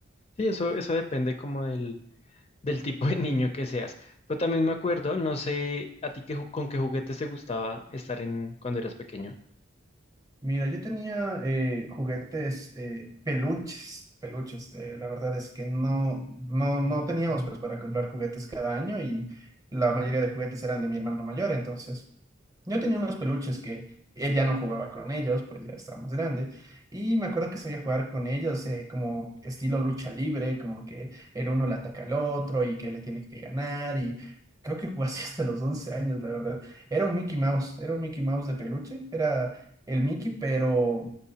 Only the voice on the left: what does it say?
Sí, eso, eso depende como del, del tipo de niño que seas. Pero también me acuerdo, no sé a ti qué, ju- con qué juguetes te gustaba estar en cuando eras pequeño.